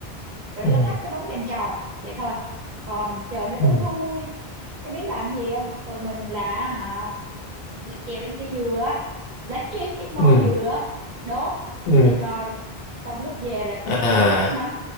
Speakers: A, on the right (about 50°); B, on the left (about 70°).
A: rồi
B: Ừ.
A: người ta thắp cái bóng đèn tròn vậy thôi còn trời nó
B: Ừ.
A: tối thui cái biết làm gì không tụi mình là hả, trèo lên cây dừa á, lấy cái cái mo
B: Ừ.
A: dừa á, đốt
B: Ừ.
A: đi coi xong lúc về là
B: à
A: con nít mà